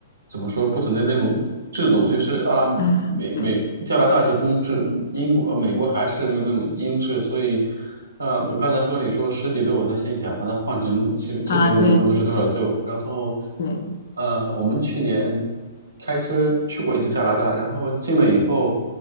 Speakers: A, on the right; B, on the left.
A: 怎么说，不同的那种制度，就是啊，
B: 啊，
A: 美美加拿大是公制，
B: 对，
A: 英国呃美国还是那种英制，所以，啊，我刚才说你说十几度，我在心想把它换成这这边的那温度是多少度，
B: 啊，对，
A: 然后，
B: 对，
A: 呃，我们去年开车去过一次加拿大，然后进了以后，